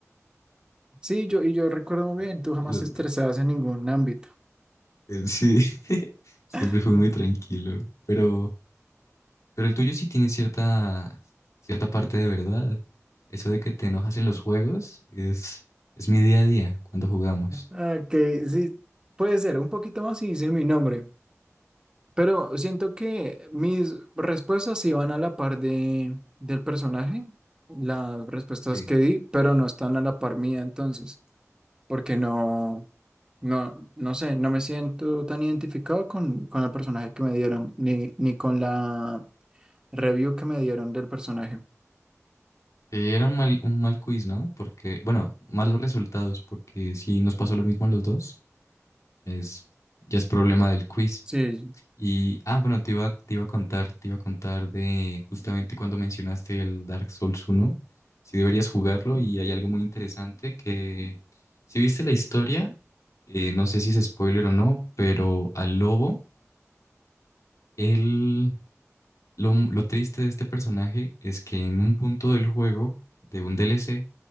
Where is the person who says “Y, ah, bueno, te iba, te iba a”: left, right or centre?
Left